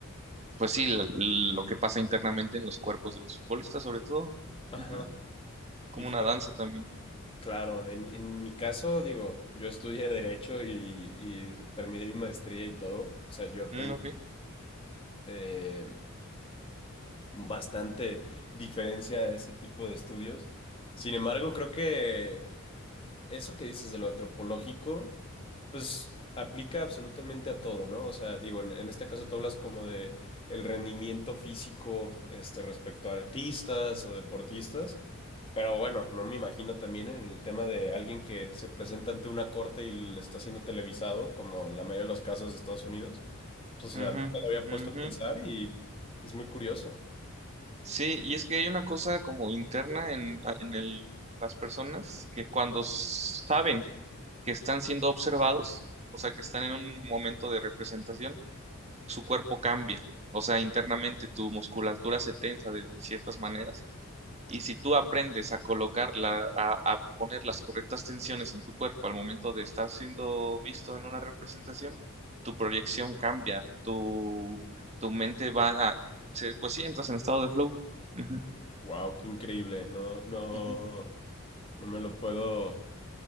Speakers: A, on the right (about 30°); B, on the left (about 25°).
A: pues sí, lo, lo que pasa internamente en los cuerpos de los futbolistas, sobre todo.
B: Ajá.
A: Ujú. Como
B: Y fíjate,
A: una danza también.
B: claro, en, en mi caso, digo, yo estudié Derecho y, y terminé mi maestría y todo. O sea, yo
A: Mm,
B: tengo
A: ok.
B: eh, bastante diferencia de ese tipo de estudios. Sin embargo, creo que eso que dices de lo antropológico, pues aplica absolutamente a todo, ¿no? O sea, digo, en, en este caso tú hablas como de el rendimiento físico, este, respecto a artistas o deportistas, pero bueno, no me imagino también en el tema de alguien que se presenta ante una corte y le está siendo televisado, como en la mayoría de los casos de Estados Unidos. Pues, o
A: Ujú,
B: sea, nunca lo había
A: ujú.
B: puesto a pensar y es muy curioso.
A: Sí, y es que hay una cosa como interna en, en el- las personas que cuando saben que están siendo observados, o sea, que están en un momento de representación, su cuerpo cambia. O sea, internamente tu musculatura se tensa de ciertas maneras Y si tú aprendes a colocarla, a, a poner las correctas tensiones en tu cuerpo al momento de estar siendo visto en una representación, tu proyección cambia, tu, tu mente va a, se- pues sí, entras en estado de flow. Ujú,
B: Wow, qué increíble. No, no,
A: ujú.
B: no me lo puedo